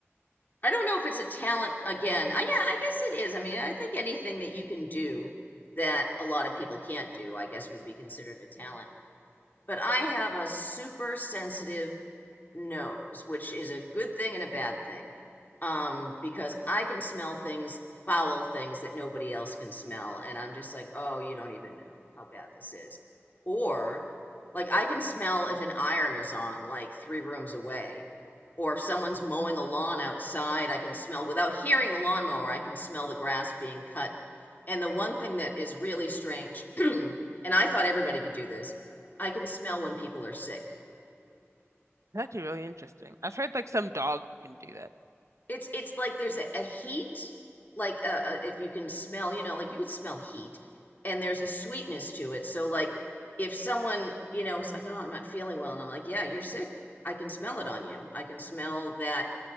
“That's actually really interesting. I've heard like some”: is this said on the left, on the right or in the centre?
Right